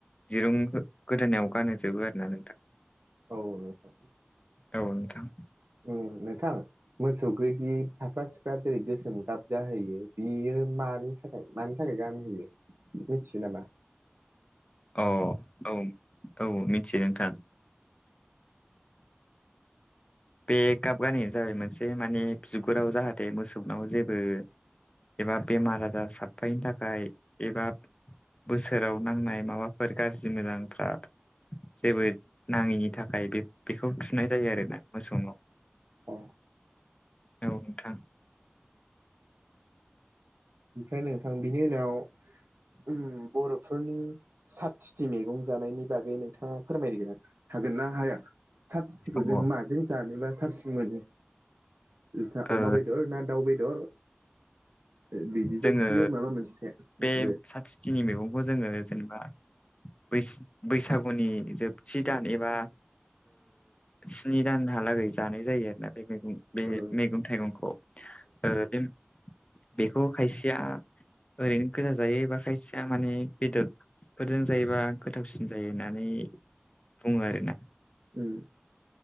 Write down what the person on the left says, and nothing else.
दिरुं गोदोनायाव गानोहोजोबो आरोना
औ नोंथां
अ औ औ मिथियो नोंथां बे गाब गानायानो जाबाय मोनसे माने बिगुराव जाहाथे मोसौनाव जेबो एबा बेमार आजार साबफायनि थाखाय एबा बोसोराव नांनाय माबाफोर गाज्रि मोजांफ्रा जेबो नाङिनि थाखाय बे बेखौ थुनाय जायो आरोना मोसौनाव
औ नोंथां
औ
ओ
जोङो
बे
साथ थिथिनि मैगंखौ जोङो जेनेबा बैसागुनि जोबथि दान एबा स्नि दानहालागै जानाय जायो आरोना बे मैगं बे
मैगं थाइगंखौ ओ बे बेखौ खायसेया ओरैनो गोजा जायो एबा खायसेया माने बेदर फोरजों जायोबा गोथावसिन जायो होननानै बुङो आरोना